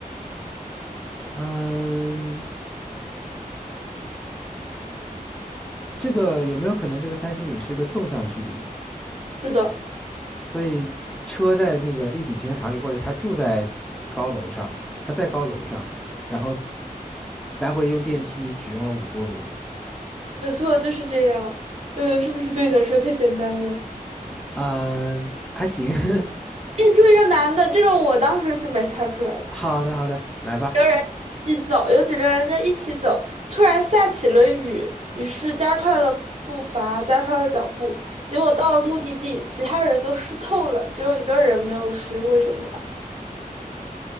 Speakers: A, in the centre; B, on the right.
A: 嗯。这个有没有可能这个三十米是个纵向距离？
B: 是的，
A: 所以车在那个立体停车场里，或者他住在高楼上，他在高楼上，然后来回用电梯只用了五步路。
B: 没错，就是这样。呃，是不是对你来说太简单了？
A: 嗯、还行。<laughs>
B: 认出一个男的，这个我当时是没猜出来的。
A: 好的，好的，来吧。
B: 跟人一起走，有几个人在一起走，突然下起了雨，于是加快了步伐，加快了脚步，结果到了目的地，其他人都湿透了，只有一个人没有湿，为什么？